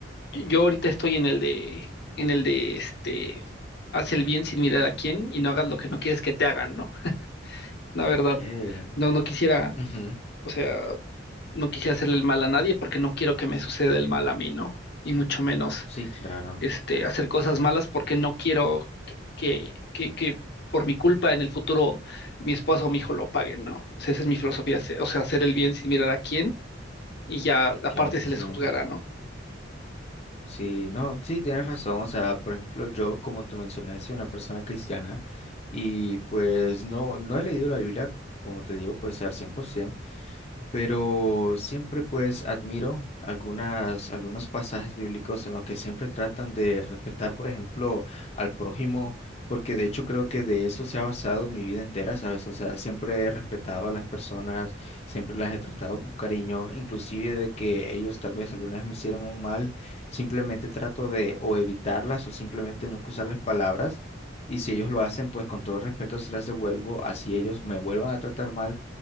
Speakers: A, on the left; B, on the left.
A: Yo ahorita estoy en el de, en el de este, haz el bien sin mirar a quién y no hagas lo que no quieres que te hagan, ¿no? La verdad,
B: ok.
A: no, no quisiera,
B: ujú,
A: o sea, no quisiera hacerle el mal a nadie porque no quiero que me suceda el mal a mí, ¿no? Y mucho menos,
B: Sí, claro,
A: este, hacer cosas malas porque no quiero que, que, que, que por mi culpa en el futuro mi esposo o mi hijo lo paguen, ¿no? O sea, esa es mi filosofía, o sea, hacer el bien sin mirar a quién y ya
B: ok,
A: aparte se
B: sí.
A: les juzgará, ¿no?
B: Sí, no, sí, tienes razón, o sea, por ejemplo, yo, como te mencioné, soy una persona cristiana y pues no, no he leído la Biblia, como te digo, pues al 100%. pero siempre pues admiro algunas, algunos pasajes bíblicos en los que siempre tratan de respetar, por ejemplo, al prójimo, porque de hecho creo que de eso se ha basado mi vida entera, ¿sabes? O sea, siempre he respetado a las personas, siempre las he tratado con cariño, inclusive de que ellos tal vez algunas me hicieron un mal, simplemente trato de o evitarlas o simplemente no cruzarles palabras. Y si ellos lo hacen, pues con todo respeto se las devuelvo, así ellos me vuelvan a tratar mal